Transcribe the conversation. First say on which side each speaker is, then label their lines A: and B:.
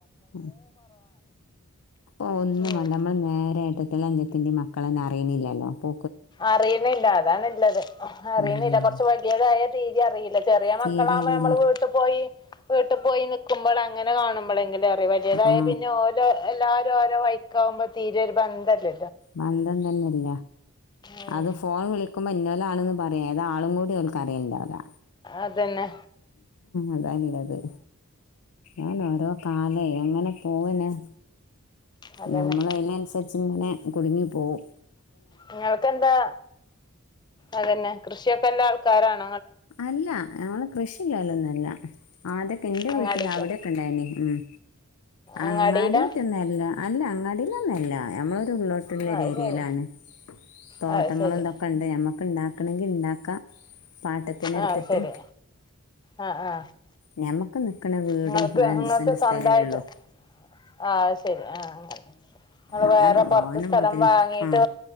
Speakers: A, on the left; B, on the left.
A: ഉം ഒന്നും
B: ഉം
A: വേണ്ട നമ്മള് നേരെ ഏ ട്ടന്റെ അഞ്ചത്തിന്റെ മക്കളെന്നെ അറിയുന്നില്ലല്ലോ അപ്പോ
B: അറിയുന്നില്ല അതാണ് ള്ളത് അറിയ്ണില്ല
A: ഉം
B: കൊറച്ച് വല്യതായ തീരി അറില്ല ചെറിയ
A: തീരെ
B: മക്കളാകുമ്പോ
A: അറിയില്ല
B: നമ്മള് വീട്ട് പോയി വീട്ടിൽ പോയി ക്ക്മ്പൊള് അങ്ങനെ കാണുമ്പളെങ്കി അ വല്യതായ
A: ആ
B: പിന്നെ ഓലെ എല്ലാരും ഓരോ വഴിക്കാവുമ്പോ തീരെ ഒരു ബന്ധല്ല
A: ബന്ധതെന്നെല്ല
B: ഉം.
A: അത് ഫോൺ വിളിക്കുമ്പോ ഇന്നോലാണ് ന്ന് പറയ അതാ ആളും കൂടി ഓല്ക്ക് അറിയലിണ്ടാവൂല
B: അതെന്നെ
A: അതാള്ളത് അതെന്നെ ഒരോ കാലം അങ്ങനെ പോവന്നെ
B: അതന്നെ
A: ഞമ്മള് അതിനനുസരിച്ച് ങ്ങനെ കുടുങ്ങിപ്പോവും
B: നിങ്ങൾക്കെന്താ അതന്നെ കൃഷിയൊക്കെ എല്ലാ ആൾ <unintelligible>
A: അല്ല ഞങ്ങള് കൃഷ് <unintelligible> ആദ്യോക്കെ എന്റെ
B: അങ്ങാടിക്ക്
A: വീട്ടില് അവിടെക്കെ ഇണ്ടായിനി ഉം അങ്ങാടിട്ടന്നല്ല
B: അങ്ങാടിയിലാ
A: അല്ല അങ്ങാടി <unintelligible> നമ്മള് <unintelligible> ഉള്ളോട്ടുള്ള
B: ആ
A: ഒരു
B: ശരി
A: ഏരിയേലാണ് തോട്ടങ്ങള്
B: ആ ശരി
A: ഇതൊക്കെ ഉണ്ട് നമ്മക്ക് ഇണ്ടാക്കണങ്കിൽ ഇണ്ടാക്കാം. <unintelligible> <unintelligible> എടുത്തിട്ട്
B: ആ ശരി ആ ആ
A: ഞമ്മക്ക് നിക്കണ വീടും
B: നിങ്ങൾക്ക്
A: ഒര് അഞ്ചു
B: നിങ്ങൾക്ക്
A: സെന്റ് സ്ഥലേള്ളു.
B: സ്വന്തമായിട്ട് ആഹ് അത് ശരി ആഹ് അങ്ങനെ ങ്ങള്
A: അല്ലാണ്ട്
B: വേറെ പൊറത്ത്
A: തോന
B: സ്ഥലം
A: മുതലും
B: വാങ്ങീട്ട്
A: ആ